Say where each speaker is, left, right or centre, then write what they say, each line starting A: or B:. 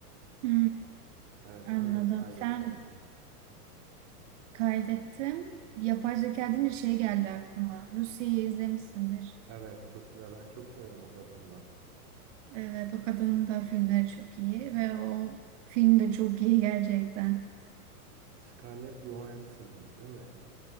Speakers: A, on the right; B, on the right.
A: Hı,
B: Evet
A: anladım.
B: onu da kaydet
A: Sen
B: bence.
A: kaydettim. Yapay zeka deyince şey geldi aklıma. Lucy'yi izlemişsindir.
B: Evet çok güzel. Ben çok severim o kadını da.
A: Evet, o kadının da filmleri çok iyi ve o film de çok iyi gerçekten.
B: Scarlett Johansson'dı değil mi?